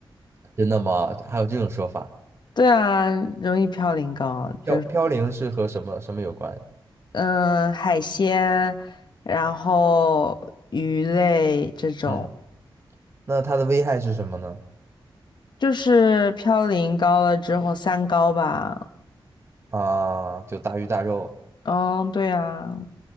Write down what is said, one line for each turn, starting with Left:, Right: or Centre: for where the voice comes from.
Right: 真的吗？还有这种说法？
Left: 对啊，容易嘌呤高，就是
Right: 飘飘零是和什么什么有关？
Left: 嗯、呃海鲜，然后鱼类这种，
Right: 嗯，那它的危害是什么呢？
Left: 就是嘌呤高了之后三高吧。
Right: 啊，就大鱼大肉。
Left: 嗯，对啊，